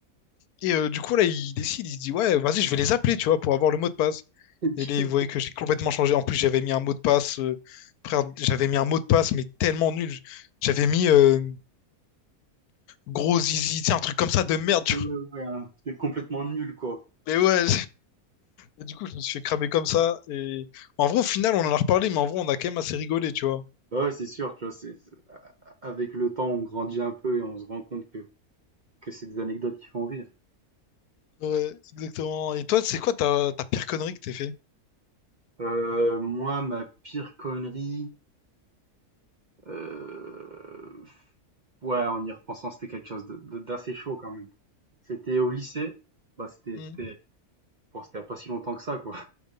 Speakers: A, on the left; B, on the right.
A: Et euh, du coup, là, il décide, il se dit, ouais, vas-y, je vais les appeler, tu vois, pour avoir le mot de passe.
B: <laughs> Du
A: Et là,
B: coup,
A: il voyait que j'ai complètement changé. En plus, j'avais mis un mot de passe, euh, frère, j'avais mis un mot de passe, mais tellement nul. J'avais mis euh, gros zizi, tu sais, un truc comme ça de merde, tu
B: Ouais,
A: vois.
B: ouais, hein. C'est complètement nul, quoi.
A: Mais ouais, Et du coup, je me suis fait cramer comme ça. Et en vrai, au final, on en a reparlé, mais en vrai, on a quand même assez rigolé, tu vois.
B: Bah Ouais, c'est sûr, tu vois, c'est, c'est- avec le temps, on grandit un peu et on se rend compte que, que c'est des anecdotes qui font rire.
A: Ouais, exactement. Et toi, c'est quoi ta, ta pire connerie que t'es fait?
B: Euh, moi, ma pire connerie, euh, ouais, en y repensant, c'était quelque chose de- de- d'assez chaud quand même. C'était au lycée. Bah, c'était
A: Hmm.
B: c'était bon, c'était il y a pas si longtemps que ça, quoi.